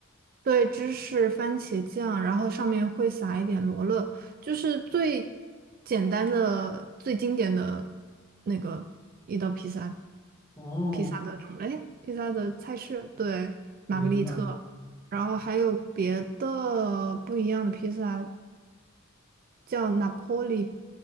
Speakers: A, on the right; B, on the left.
A: 对，芝士、番茄酱，然后上面会撒一点罗勒，就是最简单的、最经典的那个一道披萨，
B: 哦，
A: 披萨的种类，披萨的菜式，对，玛格丽特，
B: 明白
A: 然后还有别的不一样的披萨，叫 Napoli，